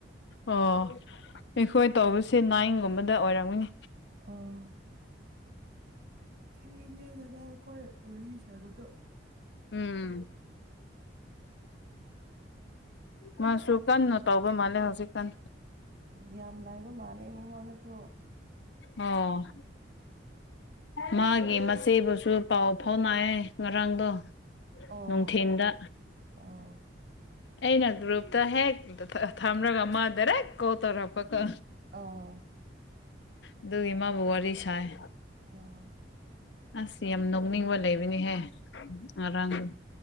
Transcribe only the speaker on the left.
ꯑꯣ ꯑꯩꯈꯣꯏ ꯇꯧꯕꯁꯦ ꯅꯥꯏꯟꯒꯨꯝꯕꯗ ꯑꯣꯏꯔꯝꯒꯅꯤ
ꯎꯝ ꯃꯥꯁꯨ ꯀꯟꯅ ꯇꯧꯕ ꯃꯥꯂꯦ ꯍꯧꯖꯤꯛ ꯀꯥꯟ
ꯑꫭ ꯃꯥꯒꯤ ꯃꯆꯦꯗꯨꯁꯨ ꯄꯥꯎ ꯐꯥꯎꯅꯩꯑꯦ ꯉꯔꯥꯡꯗꯣ
ꯅꯨꯡꯊꯤꯟꯗ
ꯑꯩꯅ ꯒ꯭ꯔꯨꯞꯇ ꯍꯦꯛ ꯊꯝꯔꯒ ꯃꯥ ꯗꯥꯏꯔꯦꯛ ꯀꯣꯜ ꯇꯧꯔꯛꯄꯀꯣ
ꯑꯗꯨꯗꯨꯒꯤ ꯃꯥꯕꯨꯋꯥꯔꯤ ꯁꯥꯏ
ꯑꯁ ꯌꯥꯝ ꯅꯣꯛꯅꯤꯡꯕ ꯂꯩꯕꯅꯤꯍꯦ ꯉꯔꯥꯡꯗꯣ